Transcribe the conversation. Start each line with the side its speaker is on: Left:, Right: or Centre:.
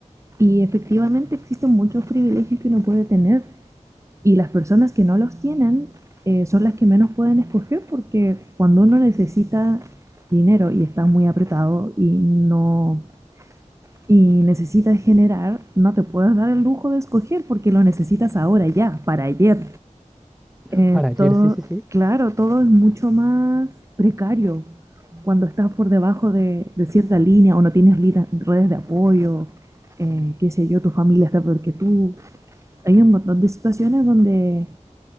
Right: y efectivamente existen muchos privilegios que uno puede tener, y las personas que no los tienen eh, son las que menos pueden escoger porque cuando uno necesita dinero y está muy apretado y no y necesitas generar, no te puedes dar el lujo de escoger porque lo necesitas ahora ya, para ayer.
Centre: <laughs>
Right: Eh,
Centre: Para ayer,
Right: todo,
Centre: sí, sí, sí.
Right: claro, todo es mucho más precario cuando estás por debajo de, de cierta línea o no tienes lida- redes de apoyo, eh, qué sé yo, tu familia está peor que tú. Hay un montón de situaciones donde,